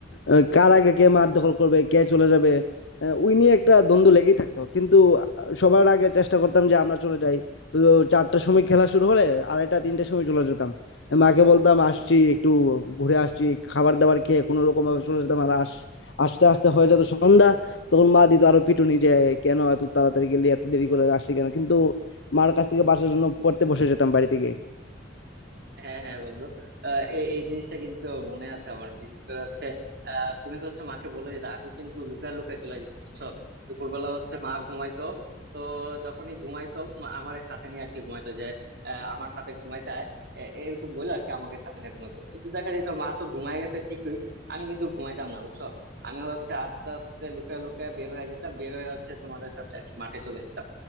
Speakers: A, on the left (about 70°); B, on the right (about 60°).
A: আহ, কার আগে কে মাঠ দখল করবে কে চলে যাবে আহ, ওই নিয়ে একটা দ্বন্দ্ব লেগেই থাকতো কিন্তু আহ, সবার আগে চেষ্টা করতাম যে আমরা চলে যাই তো চারটার সময় খেলা শুরু হলে আড়াইটা তিনটার সময় চলে যেতাম মাকে বলতাম আসছি একটু ঘুরে আসছি খাবার দাবার খেয়ে কোনো রকম ভাবে চলে যেতাম আর আস আস্তে আস্তে হয়ে যেত সন্ধ্যা তখন মা দিত আরো পিটুনি যে কেন এত তাড়াতাড়ি গেলি এত দেরি করে আসলি কেন কিন্তু মার কাছ থেকে বাঁচার জন্য পড়তে বসে যেতাম বাড়ি থেকে
B: হ্যাঁ হ্যাঁ বন্ধু আহ, এই এই জিনিসটা কিন্তু মনে আছে আমার বিশেষ করে হচ্ছে আহ, তুমি তো হচ্ছে মাকে বলে দিতে আমি কিন্তু লুকায় লুকায় চলে যেতাম বুঝছো দুপুরবেলা হচ্ছে মা ঘুমাইতো তো যখনই ঘুমাইতো মা আমার সাথে নিয়ে আর কি ঘুমাইতো যে আহ, আমার সাথে ঘুমাইতে আয়, এ- এরকম বলে আর কি আমাকে সাথে নিয়ে ঘুমাইতো কিন্তু দেখা যেত মা তো ঘুমায় গেছে ঠিকই আমি কিন্তু ঘুমাইতাম না বুঝছো আমি হচ্ছে আস্তে আস্তে লুকায় লুকায় বের হয়ে যেতাম বের হয়ে হচ্ছে তোমাদের সাথে আর কি মাঠে চলে যেতাম